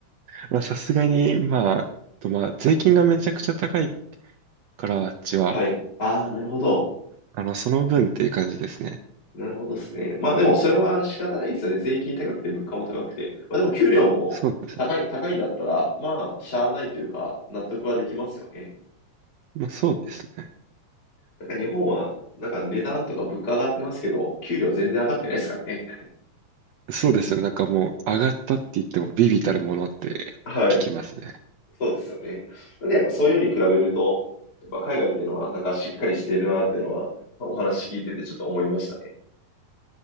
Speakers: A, on the right (about 70°); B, on the left (about 30°).
A: まあ、さすがに、まあ、とまあ、税金がめちゃくちゃ高いから、あっちは、
B: はい。ああ、なるほど。
A: あの、その分っていう感じですね。
B: なるほどですね。まあでもそれは仕方ないですよね。税金高くて物価も高くて。まあでも給料も高い、
A: そうです。
B: 高いんだったら、まあ、しゃあないというか、納得はできますよね。
A: まあ、そうですね。
B: なんか日本は、なんか値段とか物価上がってますけど、給料全然上がってないですからね。
A: そうですよ。なんかもう、上がったって言っても、微々たるものって聞きますね。
B: はい。そうですよね。なんでやっぱそういうのに比べると、やっぱ海外っていうのはなんかしっかりしてるなっていうのは、まあお話聞いててちょっと思いましたね。